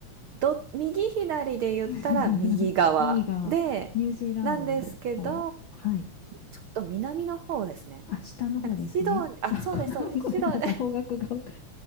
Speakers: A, on the right; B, on the left.
A: ど右左で言ったら右側で、
B: <laughs> 右側、ニュージーランドの方。
A: なんですけど、
B: はい。
A: ちょっと南の方ですね。
B: あ、下の方ですね。
A: なんかシドあ、
B: <laughs> あ、
A: そうですそうです。
B: ご <laughs> ごめんなさい。
A: シド <laughs>
B: 方角がわか